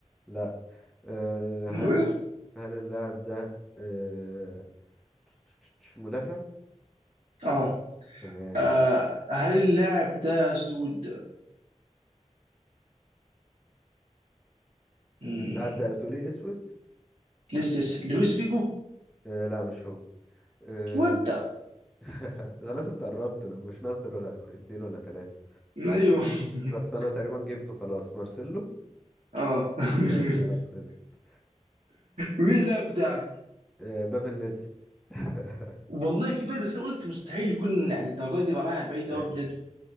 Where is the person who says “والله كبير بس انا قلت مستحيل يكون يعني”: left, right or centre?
Right